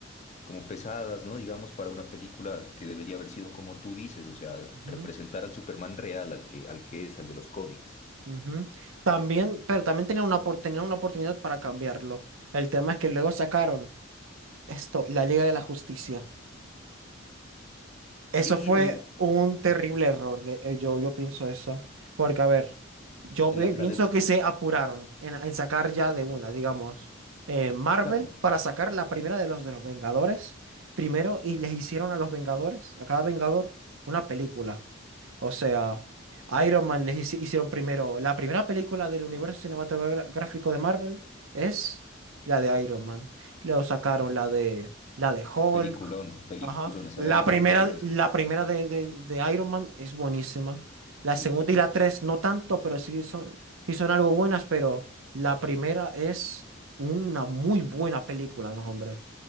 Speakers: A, on the left (about 35°); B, on the right (about 80°).
A: como pesadas, ¿no? Digamos, para una película que debería haber sido como tú dices, o sea,
B: Ujú,
A: representar al Superman real, al que, al que es, al de los cómics.
B: ujú. También, pero también tenían una, opor- tenían una oportunidad para cambiarlo. El tema es que luego sacaron esto, la Liga de la Justicia.
A: Sí,
B: Eso fue
A: eh,
B: un terrible error, de, eh, yo, yo pienso eso, porque a ver, yo ve-
A: la,
B: pienso
A: la de,
B: que se apuraron en, en sacar ya de una, digamos, eh, Marvel
A: claro,
B: para sacar la primera de los de los Vengadores primero y les hicieron a los Vengadores, a cada Vengador, una película. O sea, Iron Man les hici- hicieron primero, la primera película del universo cinematográfico de Marvel es la de Iron Man. Luego sacaron la de, la de Hulk.
A: peliculón, peliculón,
B: Ajá.
A: esa
B: La
A: de Iron
B: primera,
A: Man fue buenísima.
B: la primera de, de- de Iron Man es buenísima. La segunda
A: Sí,
B: y la tres no tanto, pero sí son, sí son algo buenas, pero la primera es una muy buena película, ¿no, hombre?